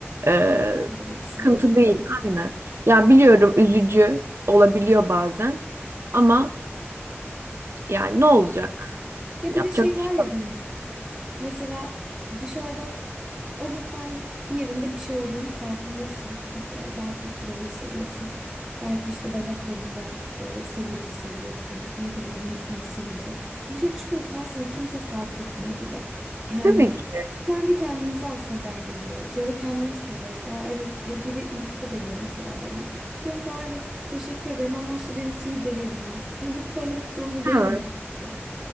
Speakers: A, on the right; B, on the right.
A: Ee,
B: Evet ben de öyle düşünüyorum
A: sıkıntı
B: ama
A: değil aynen. Ya biliyorum üzücü olabiliyor bazen ama yani ne olacak?
B: ya
A: Yapacak
B: bir de şey var
A: bir şey-
B: ya hani mesela dışarıdan O gün sen bir yerinde bir şey olduğunu farkındasın. Mesela belki kilolu hissediyorsun. Belki işte bacaklarında böyle selülit hissediyorsun. Ne bileyim yüzünde sivilce. Dışarı çıkıyorsun aslında kimse fark etmiyor bile. Yani
A: tabii ki.
B: kendi kendimize aslında dert ediyoruz. Ya da kendimiz söylüyoruz. Aa evet ya biri iltifat ediyor mesela bana. Diyorum ki aa evet teşekkür ederim ama işte benim sivilcelerim var. Hani bunu söylemek zorunda
A: Ha.
B: değilim aslında.